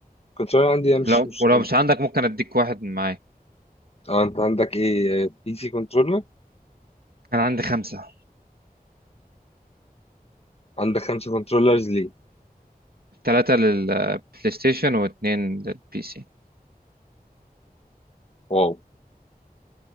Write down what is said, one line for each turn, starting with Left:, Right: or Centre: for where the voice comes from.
Left: كنترولر عندي ده مش
Right: لو
Left: مش
Right: ولو
Left: حلو
Right: مش عندك ممكن اديك واحد من معايا
Left: اه انت عندك ايه بي سي كنترولر
Right: انا عندي خمسة
Left: عندك خمسة كنترولرز ليه
Right: ثلاثة للبلاي ستيشن واثنين للبي سي
Left: واو